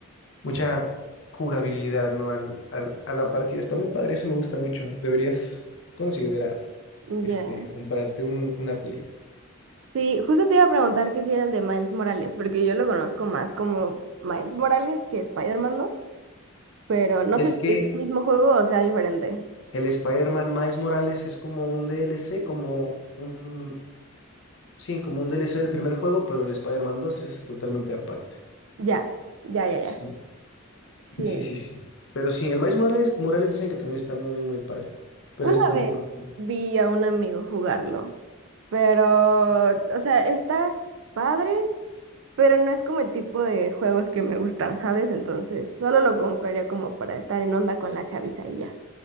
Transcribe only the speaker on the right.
Ya.
Sí, justo te iba a preguntar que si era el de Miles Morales, porque yo lo conozco más como Miles Morales que Spider-Man 2, pero no
sé si
es el mismo juego o sea diferente.
Ya, ya, ya, ya.
Sí.
Una
vez
vi a un amigo jugarlo, pero, o sea, está padre, Pero no es como el tipo de juegos que me gustan, ¿sabes? Entonces, solo lo compraría como para estar en onda con la chaviza y ya.